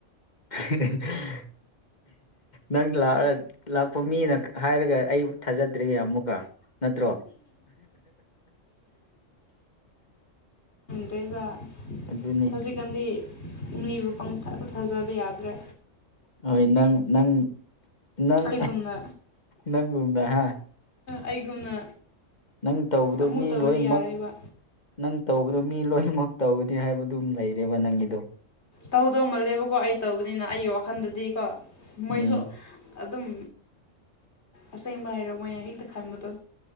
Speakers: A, on the left (about 35°); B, on the left (about 55°).
A: ꯍꯍꯍ ꯅꯪ ꯂꯥꯛꯄ ꯃꯤꯅ ꯍꯥꯏꯔꯒ ꯑꯩ ꯊꯥꯖꯗ꯭ꯔꯦ ꯑꯃꯨꯛꯀ ꯅꯠꯇ꯭ꯔꯣ
B: ꯑꯩꯕ
A: ꯑꯗꯨꯅꯤ
B: ꯍꯧꯖꯤꯛꯀꯥꯟꯗꯤ ꯃꯤꯅꯤꯕꯨ ꯄꯪꯊꯥꯗ ꯊꯥꯖꯕ ꯌꯥꯗ꯭ꯔꯦ
A: ꯍꯣꯏ ꯅꯪ ꯅꯪ ꯅꯪ
B: ꯑꯩꯒꯨꯝꯅ
A: ꯅꯪꯒꯨꯝꯅ ꯍꯥ
B: ꯑꯩꯒꯨꯝꯅ
A: ꯅꯪ ꯇꯧꯕꯗꯣ
B: ꯑꯃꯨꯛ
A: ꯃꯤ
B: ꯇꯧꯔꯗꯤ
A: ꯂꯣꯏꯅꯃꯛ
B: ꯌꯥꯔꯣꯏꯕ
A: ꯅꯪ ꯇꯧꯕꯗꯣ ꯃꯤ ꯂꯣꯏꯅꯃꯛ ꯇꯧꯒꯅꯤ ꯍꯥꯏꯕꯗꯨꯝ ꯂꯩꯔꯦꯕ ꯅꯪꯒꯤꯗꯣ
B: ꯇꯧꯗꯧ ꯃꯜꯂꯦꯕꯀꯣ ꯑꯩ ꯇꯧꯕꯅꯤꯅ ꯑꯩꯒꯤ ꯋꯥꯈꯜꯗꯗꯤ ꯀꯣ ꯃꯣꯏꯁꯨ
A: ꯎꯝ
B: ꯑꯗꯨꯝ ꯑꯁꯦꯡꯕ ꯍꯥꯏꯔꯣ ꯃꯣꯏꯅ ꯍꯦꯛꯇ ꯈꯟꯕꯗꯣ